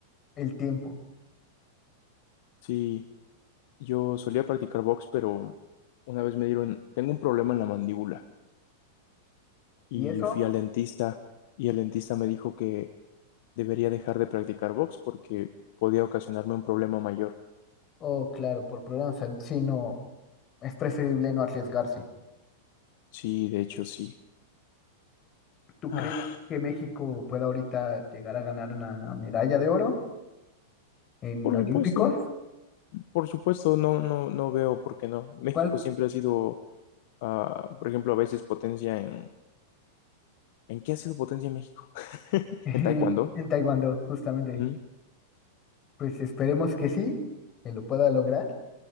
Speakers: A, on the left; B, on the left.
A: el tiempo.
B: Sí, yo solía practicar box, pero una vez me dieron, tengo un problema en la mandíbula. y
A: ¿Y eso?
B: fui al dentista y el dentista me dijo que debería dejar de practicar box porque podía ocasionarme un problema mayor.
A: Oh, claro, por problemas, de salud, sí, no, es preferible no arriesgarse.
B: Sí, de hecho sí.
A: ¿Tú
B: Ah,
A: crees que México pueda ahorita llegar a ganar una medalla de oro en
B: por
A: Olímpicos?
B: supuesto, por supuesto, no, no, no veo por qué no. <laughs> México
A: ¿Cuál
B: siempre ha sido, ah, por ejemplo, a veces potencia en... ¿En qué ha sido potencia México? <laughs>
A: <laughs>
B: ¿En taekwondo?
A: En Taekwondo, justamente.
B: Ujú,
A: Pues esperemos que sí, que lo pueda lograr.